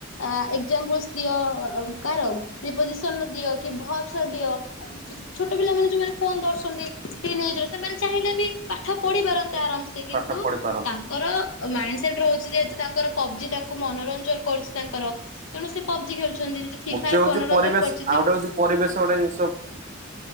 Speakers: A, on the left; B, on the right.
A: ଆ ଏକ୍ଜାମ୍ପଲସ ଦିଅ କାହାର ପ୍ରିପୋଜିସନର ଦିଅ କି ଭର୍ବସର ଦିଅ ଛୋଟ ପିଲା ମାନେ ଯୋଉମାନେ ଫୋନ୍ ଧରୁଛନ୍ତି ଟିନେଜର ସେମାନେ ଚାହିଁଲେବି ପାଠ ପଢି ପାରନ୍ତେ ଆରାମସେ କିନ୍ତୁ
B: ପାଠ ପଢି ପାରନ୍ତି
A: ତା ତାଙ୍କର ମାଇଣ୍ଡ ସେଟ୍ ରହୁଚି ଯେହେତୁ ତାଙ୍କର ପବଜି ତାଙ୍କୁ ମନୋରଞ୍ଜନ କରୁଚି ତାଙ୍କର ତେଣୁସେ ପବଜି ଖେଳୁଚନ୍ତି। ଯେ ଫ୍ରିଫାୟାର
B: ମୁଖ୍ୟ ହଉଛି
A: ମନୋରଞ୍ଜନ
B: ପରିବେଶ
A: କରୁଚି ତେଣୁ
B: ଆଉ ଗୋଟେ ହଉଛି ପରିବେଶ ଗୋଟେ ଜିନିଷ